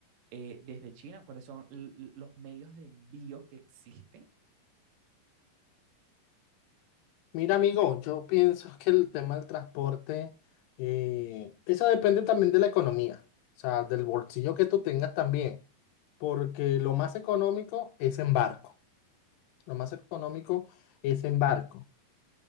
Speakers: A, on the right; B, on the left.
A: eh, desde China? ¿Cuáles son l- l- los medios de envío que existen?
B: Mira, amigo, yo pienso que el tema del transporte, eh, eso depende también de la economía, o sea, del bolsillo que tú tengas también, porque lo más económico es en barco, lo más económico es en barco.